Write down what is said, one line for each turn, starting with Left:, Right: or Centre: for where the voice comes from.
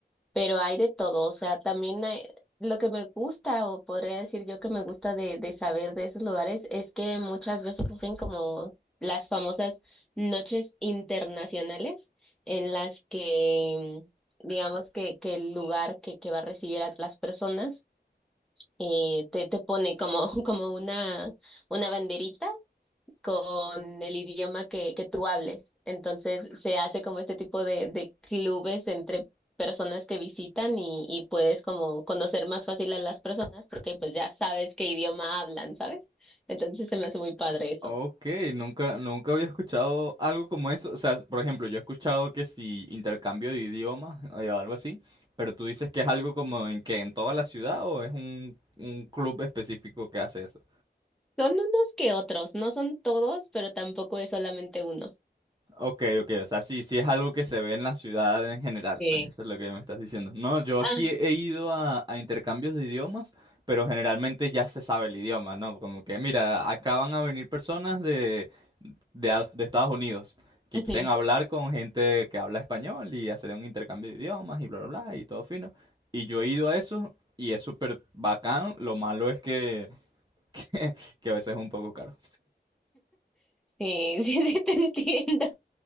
Centre: pero hay de todo, o sea, también hay- lo que me gusta, o podría decir yo que me gusta de, de saber de esos lugares, es que muchas veces hacen como las famosas noches internacionales en las que, digamos, que, que el lugar que, que va a recibir a las personas eh, te, te pone como, <laughs> como una, una banderita con el idioma que, que tú hables. Entonces se hace como este tipo de, de clubes entre personas que visitan y, y puedes como conocer más fácil a las personas porque pues ya sabes qué idioma hablan, ¿sabes? Entonces se me hace muy padre eso.
Right: Ok, nunca, nunca había escuchado algo como eso. O sea, por ejemplo, yo he escuchado que si intercambio de idiomas eh, o algo así, pero tú dices que es algo como en que en toda la ciudad o es un, un club específico que hace eso.
Centre: Son unos que otros, no son todos, pero tampoco es solamente uno.
Right: Ok, ok, o sea, sí, sí es algo que se ve en la ciudad en general,
Centre: Sí.
Right: pues eso es lo que me estás diciendo. No, yo aquí
Centre: Ah,
Right: he ido a, a intercambios de idiomas, pero generalmente ya se sabe el idioma, ¿no? Como que, mira, acá van a venir personas de, de, a- de Estados Unidos que
Centre: ujú.
Right: quieren hablar con gente que habla español y hacer un intercambio de idiomas y bla, bla, bla, y todo fino. Y yo he ido a eso y es súper bacán, lo malo es que, <laughs> que a veces es un poco caro.
Centre: Sí, <laughs> sí, sí, te entiendo.